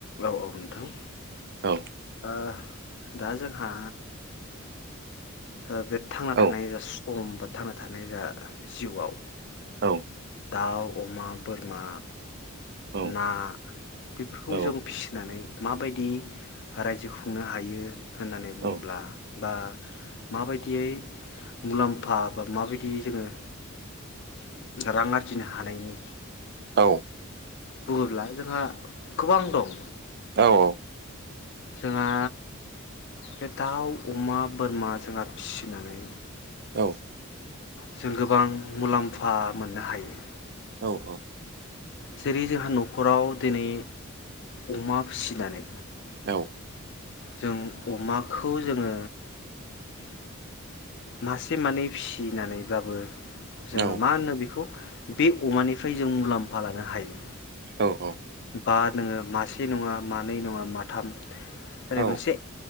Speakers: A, on the left; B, on the right.
A: औ औ नोंथां
B: औ
A: ओ दा जोंहा ओ बे थांना
B: औ
A: थानायनि जा सम बा थांना थानाय जा जिउवाव
B: औ
A: दाउ अमा बोरमा
B: औ
A: ना बेफोरखौ
B: औ
A: जों फिसिनानै माबायदि रायजो खुंनो हायो होननानै बुङोब्ला
B: औ
A: बा माबायदियै मुलाम्फा बा माबायदियै जोङो रां आरजिनो हानायनि
B: औ।
A: बुङोब्ला जोंहा गोबां दं।
B: औ औ।
A: जोंहा बे दाउ अमा बोरमा जोंहा फिसिनानै।
B: औ।
A: जों गोबां मुलाम्फा मोननो हायो।
B: औ औ।
A: जेरै जोंहा नखराव दिनै अमा फिसिनानै।
B: औ।
A: जों अमाखौ जोङो मासे मानै फिसिनानैब्लाबो। जोङो
B: औ
A: मा होनो बिख बेखौ बे अमानि फ्राय जों मुलाम्फा लानो हायो
B: औ औ।
A: बा नोङो मासे नङा मानै नङा माथाम ओरै
B: औ
A: मोनसे